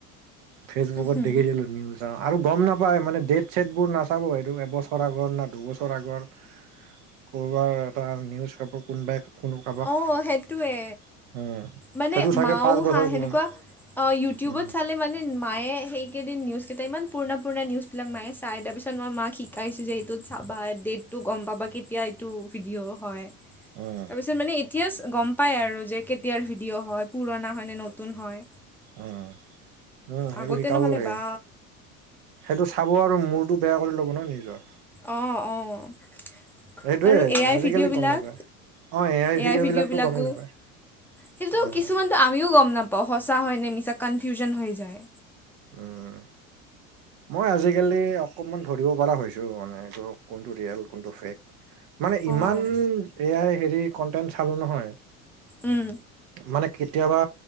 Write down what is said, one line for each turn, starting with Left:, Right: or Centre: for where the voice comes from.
Right: ফেচবুকত
Centre: উম,
Right: দেখিছিলোঁ নিউ অ' আৰু গম নাপায় মানে ডেট চেট বোৰ নাচাব, এইটো এবছ ৰ, আগৰ না দুবছৰ আগৰ। ক'ৰবাৰ এটা নিউজ পাব, কোনোবাই কোনো কাৰোবাক
Centre: অ', সেটোৱে,
Right: উম
Centre: মানে
Right: সেইটো চাগে
Centre: মায়ো
Right: পাঁচ বছৰ
Centre: হা
Right: পুৰণা
Centre: হেনেকুৱা। অ', ইউটিউবত
Right: উম
Centre: চালে মানে মায়ে সেইকেইদিন নিউজকেইটা ইমান পুৰণা পুৰণা নিউজবিলাক মায়ে চায়, তাৰপিছত মই মাক শিক শিকাইছোঁ যে এইটোত চাবা, ডেটটো গম পাবা, কেতিয়া এইটো ভিডিঅ' হয়।
Right: অঁ।
Centre: পিছত মানে এতিয়া গম পাই আৰু যে কেতিয়াৰ ভিডিঅ' হয়, পুৰণা হয় নে নতুন হয়।
Right: উম, উম, সেইটোত
Centre: আগতে
Right: শিকাব
Centre: নহ'লে
Right: লাগে।
Centre: বা
Right: সেইটো চাব আৰু মূৰটো বেয়া কৰি ল'ব ন নিজৰ।
Centre: অ', অ'
Right: সেইটোয়ে
Centre: আৰু এ
Right: মানে
Centre: আই
Right: আজিকালি
Centre: ভিডিঅ'
Right: গম
Centre: বিলাক।
Right: নাপায় অ
Centre: এ আই ভিডিঅ'
Right: বিলাকতো
Centre: বিলাকো,
Right: গমেই নাপায়
Centre: কিন্তু
Right: উম
Centre: কিছুমান টো আমিও গম নাপাওঁ, সঁচা হয় নে মিছা। কনফিউজন হৈ যায়।
Right: উম, মই আজিকালি অকমান ধৰিব পাৰা হৈছ এইটো মানে এইটো কোনটো ৰিয়েল কোনটো ফেক। মানে
Centre: অঁ
Right: ইমান এ আই হেৰি কণ্টেণ্ট চালোঁ নহয়।
Centre: উম
Right: মানে কেতিয়াবা